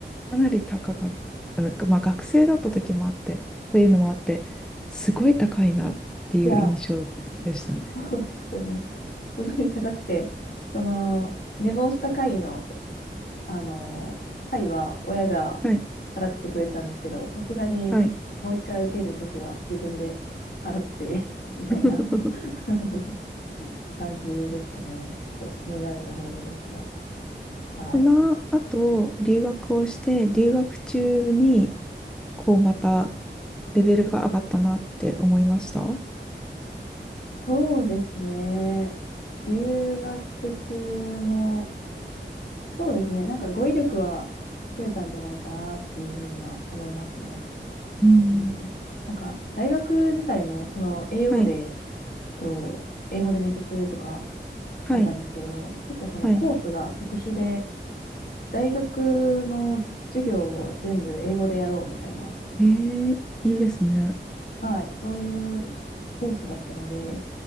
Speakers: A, in the centre; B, on the left.
A: かなり高かった。なんかまあ、学生だった時もあって、というのもあって、すごい高いなっていう印象でしたね。
B: いや、そうですよね。すごい高くて、その、寝坊した回の、あの、回は親が
A: はい、
B: 払ってくれたんですけど、さすがにもう一回受けるときは自分で払ってみたいな
A: はい。<laughs>
B: <laughs> 感じでしたね。ちょっと苦い思い出ですが。はい。
A: その後、留学をして、留学中に、こうまたレベルが上がったなって思いました。う
B: そうですね。留学中も、そうですね。なんか語彙力は増えたんじゃないかなっていうふうには思いますね。
A: ん。
B: うん。なんか大学自体も、その AO
A: はい、
B: で、と、英語で面接とか
A: はい、
B: あったんですけど、結構そのコースが特殊で、
A: はい。
B: 大学の授業を全部英語でやろうみたいな、
A: えー、いいですね。
B: いうはい、そういうコースだったので、